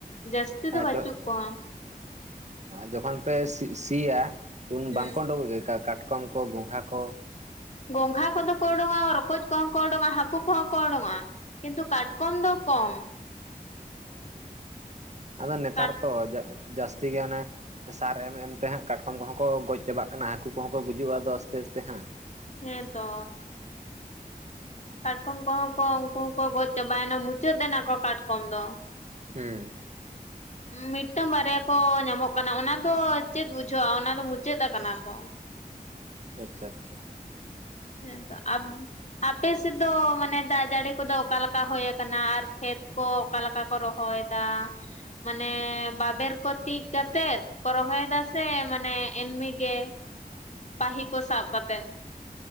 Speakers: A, on the left; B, on the right.
A: ᱡᱟᱹᱥᱛᱤ ᱫᱚ
B: ᱟᱨ
A: ᱵᱟᱹᱪᱩᱜ
B: ᱡᱚ
A: ᱠᱚᱣᱟ᱾
B: ᱡᱚᱠᱷᱚᱱ ᱯᱮ ᱥᱤ ᱥᱤᱭᱟ ᱩᱱ
A: ᱦᱩᱸ
B: ᱵᱟᱝᱠᱚ ᱩᱰᱩᱠᱚᱜ ᱜᱮ ᱠᱟ ᱠᱟᱴᱠᱚᱢ, ᱠᱟᱴᱠᱚᱢ ᱠᱚ ᱜᱚᱝᱜᱷᱟ ᱠᱚ?
A: ᱜᱚᱝᱜᱷᱟ ᱠᱚᱫᱚ ᱚᱰᱚᱝᱚᱜᱟ, ᱨᱚᱠᱚᱡᱽ ᱠᱚᱦᱚᱸ ᱚᱰᱚᱝᱚᱜᱟ, ᱦᱟᱹᱠᱩ ᱠᱚᱦᱚᱸ ᱚᱰᱚᱝᱚᱜᱟ, ᱠᱤᱱᱛᱩ ᱠᱟᱴᱠᱚᱢ ᱫᱚ ᱠᱚᱢ᱾
B: ᱟᱫᱚ ᱱᱮᱛᱟᱨ
A: ᱠᱟᱴ
B: ᱛᱚ ᱡᱟ ᱡᱟᱹᱥᱛᱤ ᱜᱮ ᱚᱱᱮ ᱥᱟᱨ ᱮᱢ ᱮᱢ ᱛᱮᱦᱟᱸᱜ ᱠᱟᱴᱠᱚᱢ ᱠᱚᱦᱚᱸ ᱠᱚ ᱜᱚᱡ ᱪᱟᱵᱟᱜ ᱠᱟᱱᱟ ᱦᱟᱹᱠᱩ ᱠᱚᱦᱚᱸ ᱠᱚ ᱜᱩᱡᱩᱜ-ᱟ ᱟᱫᱚ ᱟᱥᱛᱮ ᱟᱥᱛᱮ ᱦᱟᱸᱜ᱾
A: ᱦᱮᱸ ᱛᱚ᱾ ᱠᱟᱴᱠᱚᱢ ᱠᱚᱦᱚᱸ ᱠᱚ ᱩᱱᱠᱩ ᱦᱚᱸᱠᱚ ᱜᱚᱡ ᱪᱟᱵᱟᱭᱮᱱᱟ ᱢᱩᱪᱟᱹᱫ ᱮᱱᱟ ᱠᱚ ᱠᱟᱴᱠᱚᱢ ᱫᱚ,
B: ᱦᱮᱸ,
A: ᱢᱤᱫᱴᱟᱝ ᱵᱟᱨᱭᱟ ᱠᱚ ᱧᱟᱢᱚᱜ ᱠᱟᱱᱟ ᱚᱱᱟ ᱫᱚ ᱪᱮᱫ ᱵᱩᱡᱷᱟᱹᱜ-ᱟ ᱚᱱᱟ ᱫᱚ ᱢᱩᱪᱟᱹᱫ ᱟᱠᱟᱱᱟ ᱠᱚ᱾
B: ᱟᱪᱪᱷᱟ ᱟᱪᱪᱷᱟ, <unintelligible>
A: ᱦᱮᱸ ᱛᱚ ᱟᱵ <unintelligible> ᱟᱯᱮ ᱥᱮᱫ ᱫᱚ ᱢᱟᱱᱮ ᱫᱟᱜ ᱡᱟᱹᱲᱤ ᱠᱚᱫᱚ ᱚᱠᱟ ᱞᱮᱠᱟ ᱦᱩᱭ ᱟᱠᱟᱱᱟ ᱟᱨ ᱠᱷᱮᱛ ᱠᱚ ᱚᱠᱟ ᱞᱮᱠᱟ? ᱠᱚ ᱨᱚᱦᱚᱭ ᱫᱟ ᱢᱟᱱᱮ ᱵᱟᱵᱮᱨ ᱠᱚ ᱛᱤᱡ ᱠᱟᱛᱮᱫ? ᱠᱚ ᱨᱚᱦᱚᱭ ᱫᱟ ᱥᱮ ᱢᱟᱱᱮ ᱮᱢᱱᱤ ᱜᱮ ᱯᱟᱦᱤ ᱠᱚ ᱥᱟᱵ ᱠᱟᱛᱮᱜ᱾